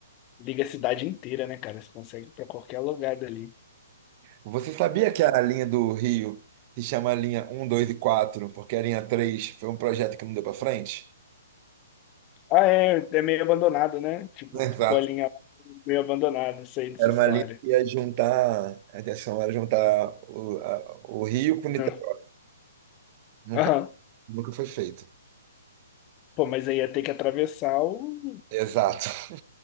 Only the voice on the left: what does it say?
Liga a cidade inteira, né, cara? Você consegue ir pra qualquer lugar dali.
Ah, é, é meio abandonado, né? Tipo,
ficou a linha meio abandonada, sei dessa
história.
Não.
Aham.
Pô, mas aí ia ter que atravessar o.